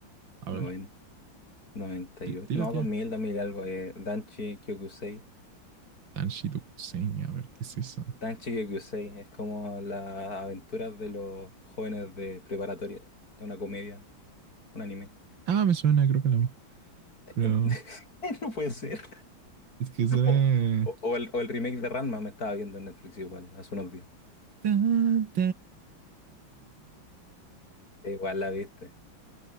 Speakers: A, on the right; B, on the left.
A: A
B: noventa,
A: ver,
B: noventa y ocho,
A: tira,
B: no,
A: tira.
B: 2000, 2000 algo, eh, Danchi Kyokusei.
A: Tanshido Kusein, a ver, ¿qué es eso?
B: Danchi Kyokusei es como las aventuras de los jóvenes de preparatoria, es una comedia, un anime.
A: Ah, me suena, creo que la vi, pero
B: Em- <laughs> No puede ser.
A: es que es de...
B: O, o- o el, o el remake de Ranma me estaba viendo en Netflix igual, hace unos días.
A: <laughs>
B: Eh, Igual la viste.